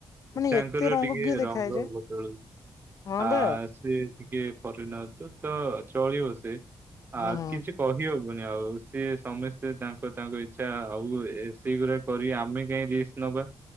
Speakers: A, on the left (about 40°); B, on the right (about 25°).
A: ମାନେ
B: ତାଙ୍କର
A: ଏତେ ରଙ୍ଗ
B: ଟିକେ
A: କିଏ ଦେଖାଏ
B: ରଙ୍ଗ
A: ଯେ
B: ବଦଳୁ
A: ହଁ
B: ଆ
A: ବା
B: ସେ ଟିକେ ଫରେନର୍ ତ ତ ଚଳିବ ସେ ଆ
A: ହୁଁ। ହୁଁ।
B: କିଛି କହିହବନି ଆଉ ସିଏ ସମସ୍ତେ ତାଙ୍କ ତାଙ୍କ ଇଚ୍ଛା ଆଉ ସେଇଗୁରାକ କରି ଆମେ କାଇଁ ରିସ୍ ନବା।